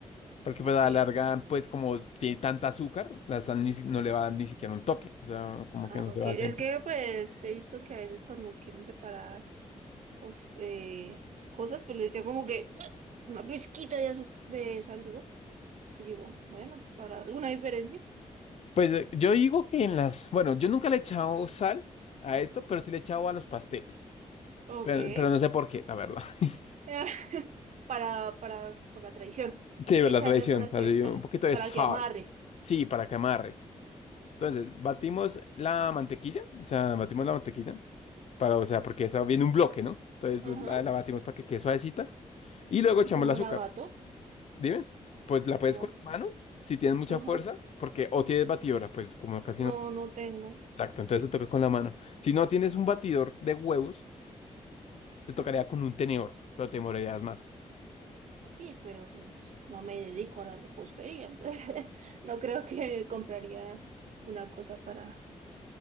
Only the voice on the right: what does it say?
Ok.
Ah,
ok.
Es
que pues he visto que a veces cuando quieren preparar pues, eh, cosas, pues le echan como que <sniffs> ¡ah! una pizquita de azúcar, de sal, digo. Y digo, bueno, para alguna diferencia.
Ok.
<laughs> para, para, con la tradición
Hay
que echarle
para
que, pa-
para
que amarre.
Ajá.
Y
como
la bato,
como,
ajá,
no,
no tengo.
Y, pero pues, no me dedico a la repostería. <laughs> No creo que compraría una cosa para,